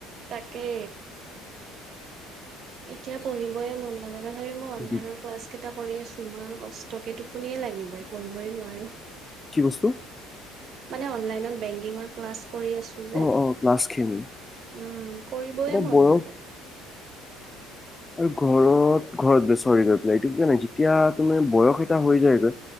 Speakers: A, on the right; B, on the left.
A: তাকে এতিয়া পঢ়িবই মন নালাগে তথাপি মই
B: হয়।
A: অনলাইনৰ কাছ কেইটা কৰি আছো ইমান কষ্টকে টোপনিয়ে লাগি যায় পঢ়িবই নোৱাৰো
B: কি বস্তু
A: মানে অনলাইনত বেংকি ক্লাছ কৰি আছো যে
B: অ অ ক্লাছ খিনি
A: উম কৰিবই
B: এতিয়া
A: মন
B: বয়স
A: নাযায়।
B: আৰু ঘৰত ঘৰত বে চৰি গৈ পেলাই এইটো ক নাই যেতিয়া তুমাৰ বয়স এটা হৈ যায়গৈ।